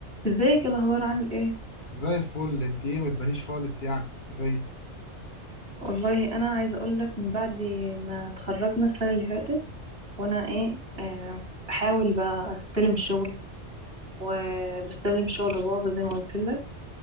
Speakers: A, on the right; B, on the left.
A: ازيك إيه الاخبار عامل ايه
B: زي الفل انت ايه ما تبانيش خالص يعني مختفية
A: والله انا عايزه اقول لك من بعد ما اتخرجنا السنه اللي فاتت وانا ايه آه بحاول بقى استلم شغل وبستلم شغل بابا زي ما قلت لك